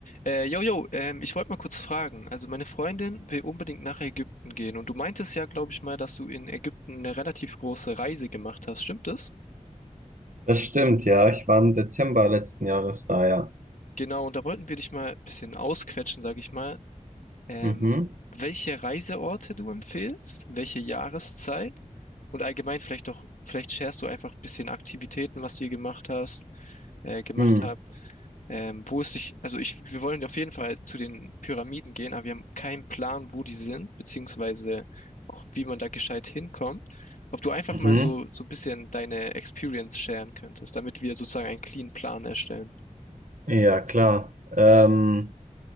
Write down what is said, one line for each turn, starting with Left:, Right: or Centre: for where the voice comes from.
Left: Äh, yo, yo, ähm, ich wollte mal kurz fragen. Also meine Freundin will unbedingt nach Ägypten gehen und du meintest ja, glaube ich mal, dass du in Ägypten eine relativ große Reise gemacht hast. Stimmt das?
Right: Das stimmt, ja. Ich war im Dezember letzten Jahres da, ja.
Left: Genau, und da wollten wir dich mal ein bisschen ausquetschen, sage ich mal. Ähm,
Right: Mhm.
Left: welche Reiseorte du empfiehlst, welche Jahreszeit und allgemein vielleicht doch, vielleicht sharest du einfach ein bisschen Aktivitäten, was ihr gemacht hast, äh, gemacht
Right: Mhm.
Left: habt. Ähm, wo es sich, also ich, wir wollen auf jeden Fall zu den Pyramiden gehen, aber wir haben keinen Plan, wo die sind, beziehungsweise auch wie man da gescheit hinkommt. Ob du einfach
Right: Mhm.
Left: mal so, so ein bisschen deine Experience sharen könntest, damit wir sozusagen einen clean Plan erstellen.
Right: Ja, klar. Ähm,